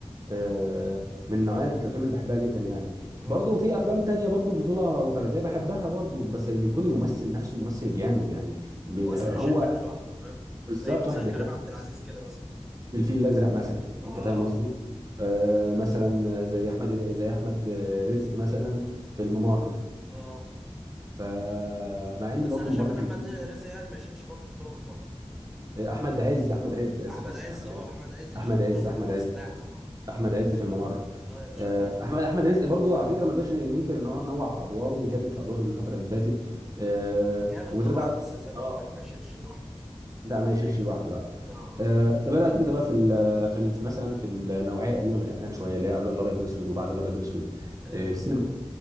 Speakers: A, on the right; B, in the centre.
A: آه من نوعيه الافلام اللي بحبها جدا يعني
B: اه
A: برضو في افلام تانية برضو بطوله فرديه بحبها برضو بس بيكون الممثل نفسه ممثل جامد يعني ب-
B: ممثل
A: هو
B: يشيل فيلم لوحده فاهم
A: بالظبط
B: زي مثلا
A: واحد زي
B: كريم
A: كده
B: عبد العزيز كده مثلا
A: في الفيل الازرق مثلا
B: اه
A: انت فاهم قصدي آه مثلا زي احمد زي احمد رزق مثلا في الممر
B: اه
A: فمع ان
B: بس
A: برضو
B: انا
A: الممر
B: شايف ان
A: كان
B: احمد
A: فيه
B: رزق يعني ما يشيلش برضه بطوله مطلقه
A: آه، احمد عز احمد عز اسف
B: احمد
A: اسف
B: عز
A: احمد
B: اه
A: عز
B: احمد عز يشيل
A: احمد
B: بطوله
A: عز
B: مطلقه
A: احمد
B: مستريح
A: عز
B: طبعا
A: احمد عز في الممر
B: اه يا باشا
A: آه،
B: ده
A: احمد احمد رزق برضو على فكره ما نقدرش ننكر ان هو نوع في ادواره وجدد في ادواره الفتره اللي فاتت آه،
B: جامد
A: وبالذات
B: طبعا
A: بقى-
B: بس زي ما
A: اه
B: قلت لك ما يشيلش لوحده بصراحه
A: لا ما يشيلش لوحده لا
B: اه آه.
A: أه طب ايه رايك انت بقى في ال في ال في مثلا في النوعيه القديمه من الافلام شويه اللي هي قبل الابيض واسود وبعد الابيض واسود
B: آه.
A: أه
B: آم،
A: السينما